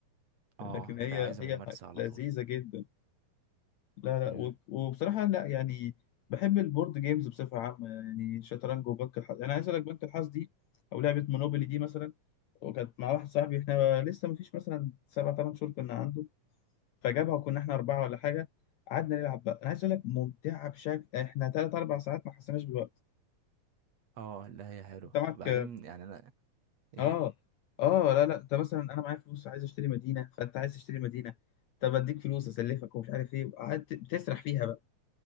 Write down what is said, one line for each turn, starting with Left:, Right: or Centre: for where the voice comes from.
Right: اه
Left: لكن هي
Right: لا عايز
Left: هي
Right: ممارسه على
Left: لذيذة
Right: طول
Left: جدا لا لا
Right: امم
Left: و- وبصراحة لا يعني بحب البورد جيمز بصفة عامة يعني شطرنج وبنك الحظ أنا عايز أقول لك بنك الحظ دي أو لعبة مونوبولي دي مثلا وكانت مع واحد صاحبي إحنا لسه مفيش مثلا سبع تمن شهور كنا عنده فجابها وكنا إحنا أربعة ولا حاجة قعدنا نلعب بقى أنا عايز أقول لك ممتعة بشكل إحنا تلات أربع ساعات ما حسيناش بالوقت
Right: اه لا هي حلوه
Left: أنت معاك
Right: وبعدين يعني انا ايه
Left: آه آه لا لا أنت مثلا أنا معايا فلوس عايز أشتري مدينة فأنت عايز تشتري مدينة طب أديك فلوس أسلفك ومش عارف إيه وقعدت بتسرح فيها بقى